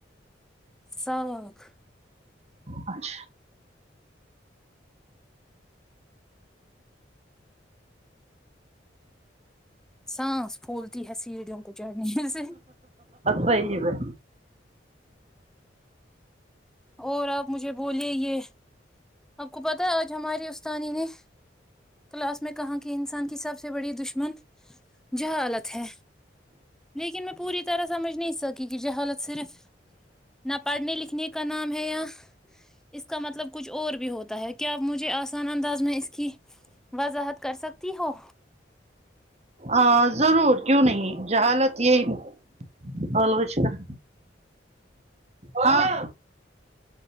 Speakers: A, in the centre; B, on the right.
A: ساگ
B: اچھا
A: سانس پھولتی ہے سیڑھیوں کو چڑھنے س
B: صحیح میں
A: اور آپ مجھے بولئے یہ آپ کو پتہ ہے آج ہمارے استانی نے کلاس میں کہاں کی انسان کی سب سے بڑی دشمن جہالت ہے لیکن میں پوری طرح سمجھ نہیں سک کیونکہ جہالت صرف نہ پڑھنے لکھنے کا نام ہے یا اس کا مطلب کچھ پر بھی ہوتا ہے کیا اپ مجھے آسان انداز میں اس کی وضاحت کر سکتی ہو
B: آ ضرور کیوں نہیں جہالت یہ <unintelligible> ہاں